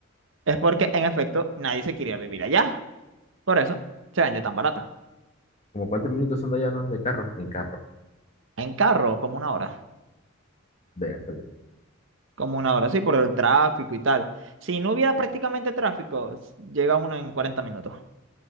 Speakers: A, on the right; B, on the left.
A: es porque en efecto nadie se quería vivir allá. Por eso se vende tan barata.
B: ¿Como cuántos minutos son de allá, no? De carro, en carro.
A: En carro, como una hora.
B: Vértale.
A: Como una hora, sí, por el tráfico y tal. Si no hubiera prácticamente tráfico, llega uno en 40 minutos.